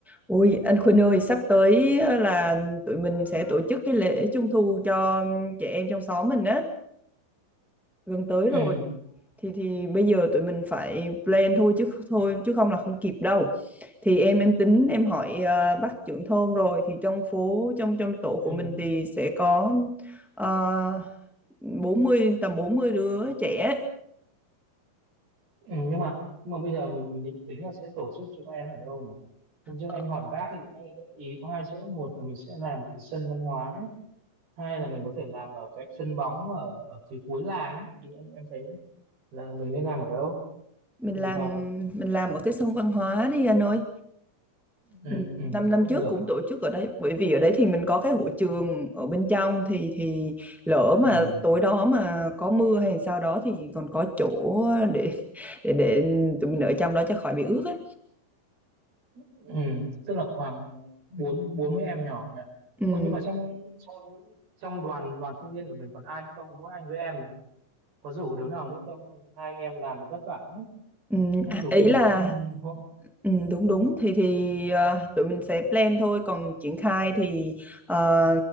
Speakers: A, in the centre; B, on the right.
A: Ôi anh Khuynh ơi, sắp tới ờ, là tụi mình sẽ tổ chức cái lễ trung thu cho trẻ em trong xóm mình á, gần tới
B: ừ,
A: rồi. Thì thì bây giờ tụi mình phải plan thôi chứ thôi chứ không là không kịp đâu. Thì em em tính em hỏi ờ, bác trưởng thôn rồi thì trong phố trong trong tổ
B: ừ,
A: của mình thì sẽ có ờ, 40 tầm 40 đứa trẻ.
B: ừ. nhưng mà nhưng mà bây giờ mình mình định tính là sẽ tổ chức cho các em ở đâu nhỉ hôm trước
A: Ờ,
B: anh hỏi bác thì anh gợi ý có hai chỗ một là mình sẽ làm ở cái sân văn hóa ấy. hai là mình có thể làm ở cái sân bóng ở ở phía cuối làng ấy. thì em em thấy là mình nên làm ở đâu
A: Mình
B: thì
A: làm
B: hợp
A: mình làm ở cái sân văn hóa đi anh ơi.
B: ừ,
A: Ừ,
B: ừ,
A: năm
B: thế
A: năm
B: cũng
A: trước
B: được
A: cũng tổ chức ở đấy bởi vì ở đấy thì mình có cái hội trường ở bên trong thì thì lỡ
B: ừ,
A: mà tối đó mà có mưa hay sao đó thì còn có chỗ để để để tụi mình ở trong đó cho khỏi bị ướt á
B: ừ. tức là khoảng bốn bốn mươi em nhỏ nhỉ
A: ừ.
B: Ồ, nhưng mà trong trong trong đoàn đoàn thanh niên của mình còn ai nữa không mỗi anh với em này có rủ đứa nào nữa không hai anh em làm thì vất vả lắm
A: Ừ.
B: Anh
A: à,
B: rủ
A: ý
B: rủ
A: là
B: thêm họ
A: ừ, đúng đúng thì thì ờ, tụi mình sẽ plan thôi còn triển khai thì ờ,